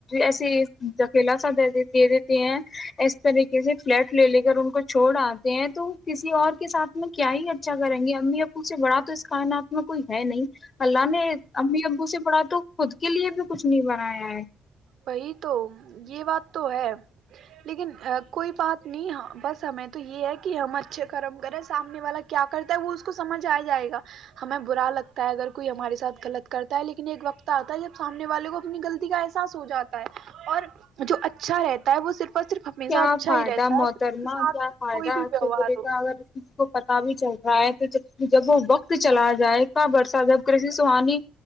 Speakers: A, on the left (about 40°); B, on the right (about 70°).
A: ایسے دکیلا س دے دی ہیں اس طریقے سے فلیٹ لے لے کے گر ان کو چھوڑ آتے ہیں تو کسی اور کے ساتھ میں کیا ہی اچھا کریں گی امی اب سے بڑا اس کائنات میں کوئی ہے نہیں اللہ نے امی ابو سے پڑھا تو خود کے لیے تو کچھ نہیں بنایا ہے
B: وہی تو یہ بات تو ہے لیکن کوئی بات نہیں بس ہمیں تو یہ ہے کہ ہم اچھے کرم کریں سامنے والا کیا کرتا ہے وہ اس کو سمجھ آ جائے گا ہمیں برا لگتا ہے اگر کوئی ہمارے ساتھ غلط کرتا ہے لیکن ایک وقت آتا ہے جب سامنے والے کو اپنی غلطی کا ایسا اس ہو جاتا ہے اور جو اچھا رہتا ہے وہ صرف اور صرف ہمیشہ
A: کیا
B: اچھا
A: فائدہ
B: ہی رہتا
A: محترمہ
B: ہے پھر اس کے ساتھ
A: کیا فائدہ
B: کوئی بھی
A: آج
B: ویوہار
A: سے برے کا
B: ہو
A: اگر اس کسی کو پتا بھی چاہیے رہ تو ج جب وہ وقت چلا جائے گا برسہ جب کر سہانی